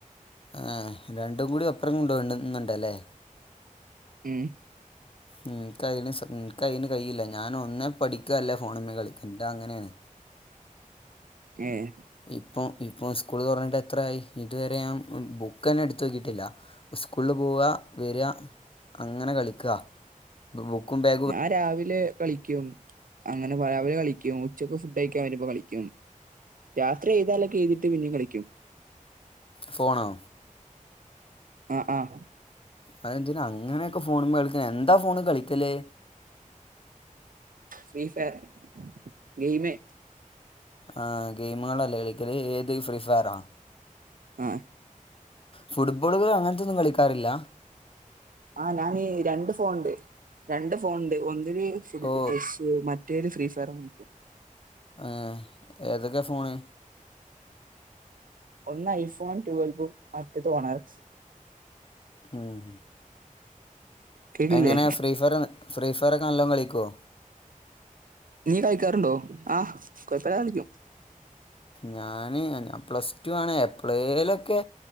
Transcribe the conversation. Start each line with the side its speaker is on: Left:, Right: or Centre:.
Left: ആഹ് രണ്ടും കൂടി ഒപ്പറം കൊണ്ട് വേണ്ടേന്നാണ്ടല്ലേ
Right: ഉം
Left: ഉം എന്ക്ക് അയ്ന് സ ഉം എന്ക്ക് അയിന് കയില്ലാ ഞാൻ ഒന്നേ പഠിക്കും അല്ലേ ഫോണിമ്മേ കളിക്കം എന്റെ അങ്ങനൊണ്
Right: ഏഹ്
Left: ഇപ്പം ഇപ്പൊ സ്കൂള് തൊറന്ന്ട്ട് എത്രായി ഇത് വേരെ ഞാൻ ബുക്കെന്നെ എട്ത്ത് നോക്കിയിട്ടില്ല സ്കൂളില് പോവാ വെരാ അങ്ങനെ കളിക്കാ ബുക്കും ബേ
Right: ഞാൻ രാവിലെ കളിക്കും അങ്ങനെ രാവിലെ കളിക്കും ഉച്ചക്ക് ഫുഡ് കയിക്കാൻ വെര്മ്പോ കളിക്കും രാത്രി എഴ്താൻ ഇളളക്കേ എഴ്തിയിട്ട് പിന്നേയും കളിക്കും
Left: ഫോണോ
Right: ആഹ് ആഹ്
Left: അത് എന്തിനാ അങ്ങനെയൊക്കെ ഫോണ് മ്മേ കളിക്കണേ എന്താ ഫോണ് കളിക്കല്
Right: ഫ്രീ ഫയർ ഗെംയ്മേ
Left: ആഹ് ഗെയ്മ്കളാല്ലേ കളിക്കാല് ഏത് ഫ്രീ ഫയറാ
Right: ആഹ്
Left: ഫുട്ബോള് കളി അങ്ങനത്തൊന്നും കളിക്കാറില്ലാ
Right: ആഹ് ഞാനി രണ്ട് ഫോണ് ഇണ്ട് രണ്ട് ഫോണ് ഇണ്ട് ഒന്നിന് ഫു <unintelligible>
Left: ഓ
Right: ക്കും മറ്റേതില് ഫ്രീ ഫയറൂം കളിക്കും
Left: ആഹ് ഏതൊക്കെ ഫോണ്
Right: ഒന്ന് ഐഫോൺ റ്റൊൽവും മറ്റേത് <unintelligible>
Left: ഉം
Right: കേക്കില്ലേ
Left: എങ്ങനെ ഫ്രീ ഫയറ് ഫ്രീ ഫയറാക്കെ നല്ലോ കളിക്കോ?
Right: നീ കളിക്കാറുണ്ടോ? ആഹ് കൊയപ്പല്ലാതെ കളിക്കും
Left: ഞാന് ഞാൻ പ്ലസ് ടു ആണ് എപ്പളെലൊക്കെ